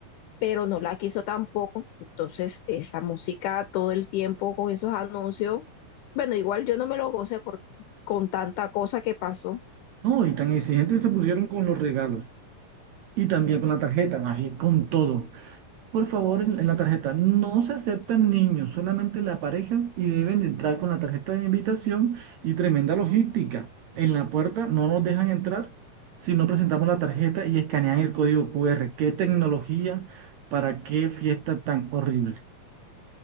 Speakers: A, on the left; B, on the right.
A: pero no la quiso tampoco. Entonces, esa música todo el tiempo con esos anuncios, bueno, igual yo no me lo gocé por, con tanta cosa que pasó.
B: No, y tan exigentes se pusieron con los regalos y también con la tarjeta, más bien con todo. Por favor, en, en la tarjeta. No se aceptan niños, solamente la pareja y deben de entrar con la tarjeta de invitación y tremenda logística. En la puerta no nos dejan entrar si no presentamos la tarjeta y escanean el código QR. ¿Qué tecnología para qué fiesta tan horrible?